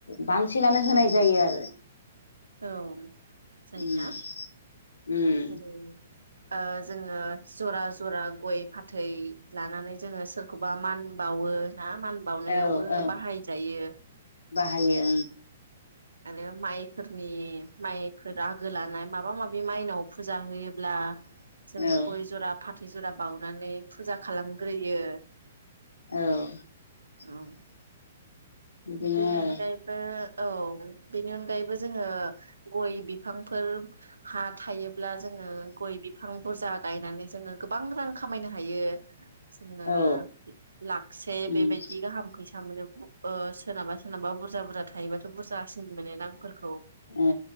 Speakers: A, on the left; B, on the right.
A: बां फसेेलानो होनाय जायो आरो।
B: औ जायोना
A: उम उम
B: जेरै आ। जोङो जरा जरा गय फाथै लानानै जोङो सोरखौबा मान बावो। ना मान बावनायावबो
A: औ औ
B: बाहायजायो।
A: बाहायो
B: आरो माइफोरनि। माइफोर आगो लानाय माबा माबि माइनाव फुजा होयोब्ला जोङो
A: ओं
B: गय जरा फाथो जरा बानानै फुजा खालामग्रोयो।
A: औ।
B: औ।
A: बिदिनो
B: बिनि
A: आरो
B: अनगायै बो। औ बेनि अनगायैबो। जोङो गय बि बिफांफोर हा थायोब्ला जोङो गय बिफां बुरजा गायनानै जोङो गोबां रां खामायनो हायो। थायो जोङो
A: औ
B: लाखसे
A: उम
B: बेबायदि गाहाम फैसा मोनो। अ। सोरनाबा सोरनाबा बुरजा बुरजा थायोबाथ' बुरजासिन मोनो रां फोरखौ।
A: ओ